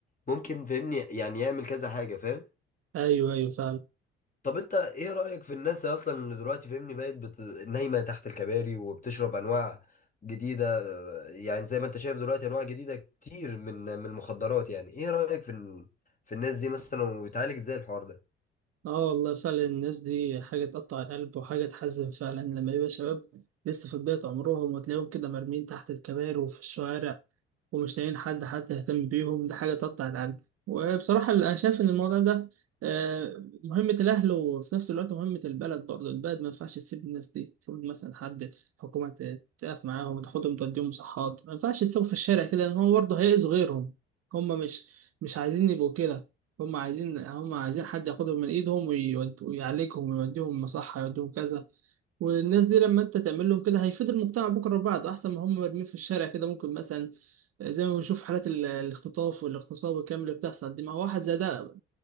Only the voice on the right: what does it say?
ايوه ايوه فاهم
اه والله فعلا الناس دي حاجة تقطع القلب وحاجة تحزن فعلا لما يبقى شباب لسه في بداية عمرهم وتلاقيهم كده مرمين تحت الكباري وفي الشوارع ومش لاقيين حد حتى يهتم بيهم دي حاجة تقطع القلب وبصراحة أنا شايف إن الموضوع ده آه، مهمة الأهل وفي نفس الوقت مهمة البلد برضه البلد ما ينفعش تسيب الناس دي المفروض مثلا حد حكومة ت- تقف معاهم وتاخدهم توديهم مصحات ما ينفعش تسيبهم في الشارع كده لأن هم برضه هيأذوا غيرهم هم مش مش عايزين يبقوا كده هم عايزين هم عايزين حد ياخدهم من ايدهم ويود- ويعالجهم ويوديهم مصحة يوديهم كذا والناس دي لما انت تعمل لهم كده هيفيد المجتمع بكره وبعده احسن ما هم مرميين في الشارع كده ممكن مثلا زي ما بنشوف حالات ال- الاختطاف والاغتصاب والكلام اللي بتحصل دي ما هو واحد زي ده